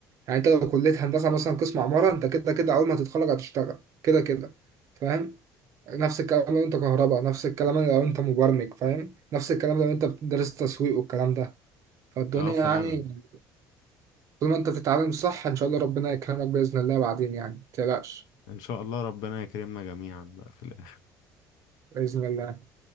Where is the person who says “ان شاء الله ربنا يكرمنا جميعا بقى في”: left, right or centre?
Left